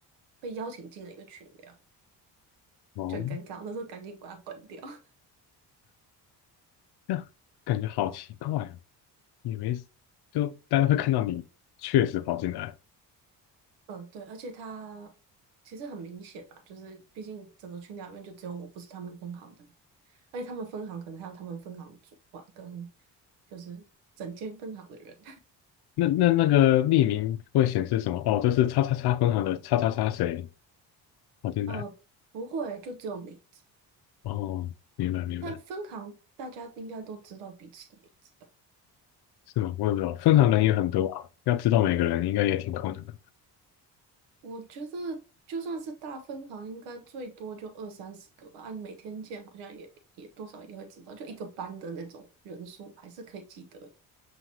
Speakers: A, on the right; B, on the left.
A: 被邀请进了一个群聊，
B: 哦，
A: 就很尴尬。我那时候赶紧把它关掉。<laughs>
B: 那感觉好奇怪哦。也没事，就大家会看到你确实跑进来。
A: 嗯，对，而且他其实很明显啊，就是毕竟整个群聊里面就只有我不是他们分行的人，而且他们分行可能还有他们分行的主管跟就是整间分行的人。
B: 那那那个匿名会显示什么？哦，这是叉叉叉分行的叉叉叉谁
A: <laughs>
B: 跑进来？
A: 呃，不会，就只有名字，
B: 哦，明白明白，
A: 但分行大家应该都知道彼此的名字吧。
B: 是吗？我也不知道，分行人也很多啊，要知道每个人应该也挺困难的。
A: 我觉得就算是大分行，应该最多就二三十个吧。啊，你每天见，好像也也多少也会知道，就一个班的那种人数，还是可以记得的。